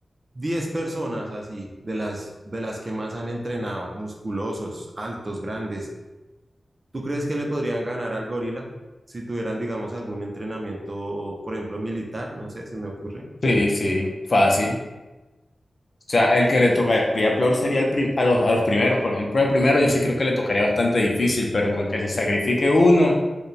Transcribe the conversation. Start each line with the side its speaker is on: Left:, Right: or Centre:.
Right: 10 personas así, de las, de las que más han entrenado, musculosos, altos, grandes, ¿tú crees que le podrían ganar al gorila si tuvieran, digamos, algún entrenamiento, por ejemplo, militar? No sé, se me ocurre.
Left: Sí, sí, fácil. O sea, el que le tocaría peor sería el pri- a los, a los primeros. Por ejemplo, el primero yo sí creo que le tocaría bastante difícil, pero con que se sacrifique uno,